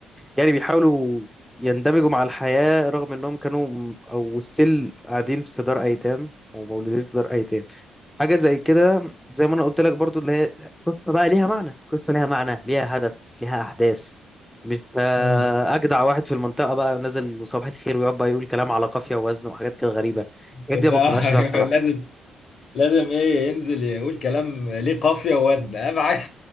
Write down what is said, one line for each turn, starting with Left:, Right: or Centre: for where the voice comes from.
Centre: يعني بيحاولوا يندمجوا مع الحياة رغم انهم كانوا م- او ستيل قاعدين في دار ايتام ومولودين في دار ايتام حاجة زي كده زي ما انا قلت لك برضو اللي هي قصة بقى ليها معنى قصة ليها معنى ليها هدف ليها احداث مش آه،
Left: امم
Centre: اجدع واحد في المنطقة بقى نازل وصباح الخير ويقعد بقى يقول كلام على قافية ووزن وحاجات كده غريبة الحاجات
Left: يبقى
Centre: دي ما بقتنعش
Left: <laughs>
Centre: بيها
Left: أيوة،
Centre: بصراحة
Left: لازم لازم ايه ينزل يقول كلام ليه قافيه ووزن اهم حاجه